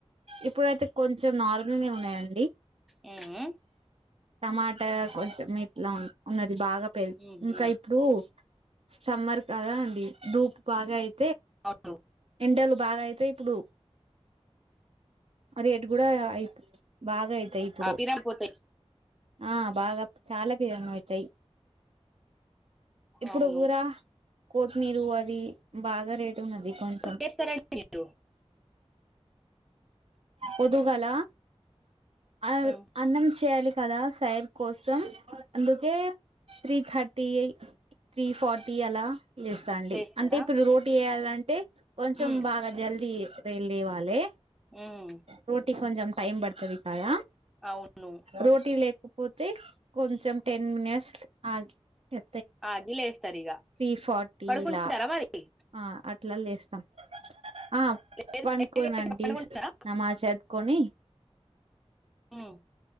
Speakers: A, on the right; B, in the centre.
A: ఇప్పుడైతే కొంచెం నార్మల్నే ఉన్నాయండి
B: హ్మ్ హు
A: టమాట్ అ కొంచెం ఇట్లా ఉన్నది బాగా పెరు
B: ఊహు
A: ఇంకా ఇప్పుడు సమ్మర్ కదా అండి ధూప్ బాగా అయి
B: అవును
A: ఎండెలు బాగాయి తే ఇప్పుడు రేట్ కూడా ఐతు బాగా అయితాయి ఇప్పుడు
B: పిరాన్ పోతాయి
A: ఆ బాగా చాలా బిరంగ అవుతాయి ఇప్పుడు
B: అవును
A: వూర కొతిమీరు అది బాగా రేటున్నది కొంచెం
B: లేస్తారండి మీరు
A: పొద్దుగాల ఆ
B: ఊమ్
A: అన్నం చేయాలి కదా సైన్ కోసం అందుకే త్రీ థర్టీ త్రీ ఫార్టీ అలా లెస్ అండి
B: లేస్తారా
A: అంటే ఇప్పుడు రోటీ చేయాలం అంటే కొంచెం
B: ఊమ్
A: బాగా జల్ది లేవాలె
B: ఊమ్
A: రోటీ కొంచం టైమ్ బడతది కాయ
B: అవును
A: రోటీ లే పోతే కొంచెం టెన్ మిని <unintelligible>
B: ఆగి లేస్తారు ఇగ
A: త్రీ ఫార్టీ
B: పడుకుంటారా
A: ఇలా
B: మరి
A: ఆ అట్లా లేస్తాం ఆ
B: లేసి
A: పనుకోనండి
B: పడుకుంటారా
A: నమాజ్ చదువుకోని
B: హ్మ్